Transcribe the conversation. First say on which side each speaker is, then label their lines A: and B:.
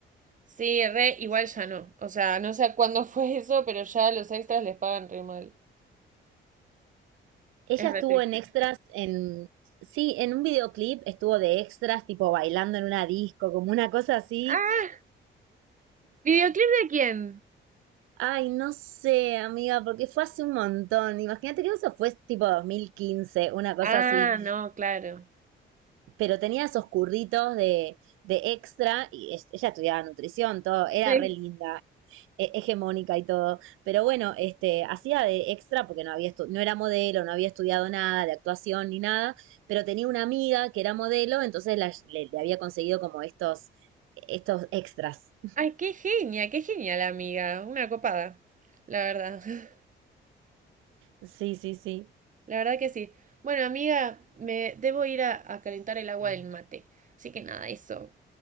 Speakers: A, on the right; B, on the right.
A: Sí, re, igual ya no. O sea, no sé cuándo <laughs> fue eso, pero ya los extras les pagan re mal.
B: Ella
A: Es re
B: estuvo
A: triste.
B: en extras en... Sí, en un videoclip estuvo de extras, tipo bailando en una disco, como una cosa así.
A: ¡Ah! ¿Videoclip de quién?
B: Ay, no sé, amiga, porque fue hace un montón. Imagínate que eso fue tipo 2015 una cosa
A: Ah,
B: así.
A: no, claro.
B: Pero tenía esos curritos de, de extra y es- ella estudiaba nutrición, todo. Era
A: Sí.
B: re linda. he- hegemónica y todo. Pero bueno, este, hacía de extra porque no había estu- no era modelo, no había estudiado nada de actuación ni nada, pero tenía una amiga que era modelo, entonces la- le, le había conseguido como estos, estos extras.
A: Ay, qué genia, qué genial, amiga. Una copada, la verdad. <laughs>
B: Sí, sí, sí.
A: La verdad que sí. Bueno, amiga, me debo ir a, a calentar el agua del mate. Así que nada, eso.